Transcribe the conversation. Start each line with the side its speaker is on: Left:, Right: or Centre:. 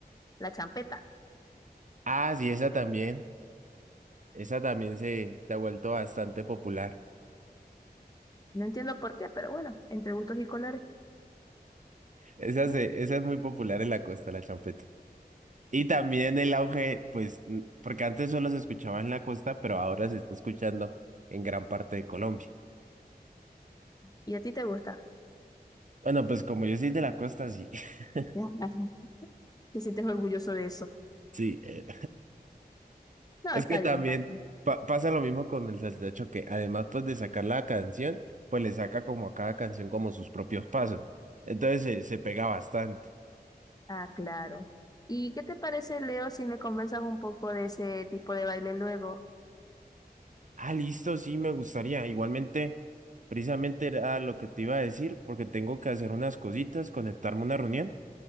Left: la champeta.
Right: Ah, sí, esa también, esa también se, se ha vuelto bastante popular.
Left: No entiendo por qué, pero bueno, entre gustos y colores.
Right: Esa,
Left: Mm.
Right: se, esa es muy popular en la costa, la champeta. Y también el auge, pues, n- porque antes solo se escuchaba en la costa, pero ahora se está escuchando en gran parte de Colombia.
Left: ¿Y a ti te gusta?
Right: Bueno, pues como yo soy de la costa, sí. <laughs>
Left: Ya. <laughs> ¿Te sientes orgulloso de eso?
Right: Sí, eh,
Left: No,
Right: Es
Left: está
Right: que también
Left: bien, está bien.
Right: pa- pasa lo mismo con el saltecho que además pues de sacar la canción, pues le saca como a cada canción como sus propios pasos. Entonces se, se pega bastante.
Left: Ah, claro. ¿Y qué te parece, Leo, si me conversas un poco de ese tipo de baile luego?
Right: Ah, listo, sí, me gustaría. Igualmente, precisamente era lo que te iba a decir, porque tengo que hacer unas cositas, conectarme a una reunión